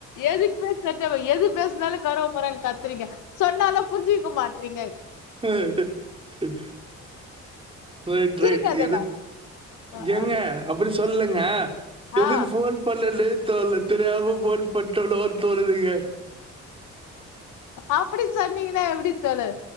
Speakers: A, on the left (about 85°); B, on the right (about 20°).
A: எதுக்குமே செட் எது பேசுனாலு <unintelligible> ரிங்க சொன்னாலு புரிஞ்சக்க மாட்டறீங்க
B: அ <unintelligible>
A: சிரிக்காதடா
B: ரைட் எது
A: ஆ
B: எஏங்க
A: ஆ.
B: அப்பாடி சொல்லுலங்க எதுக்கு
A: ஆ,
B: ஃபோன் பண்ண <unintelligible> த்துல தெரியாம ஃபோன் பண்டனோ தோணுதுங்க
A: அப்புடி சொன்னீங்கன்னா எப்புடி தோழர்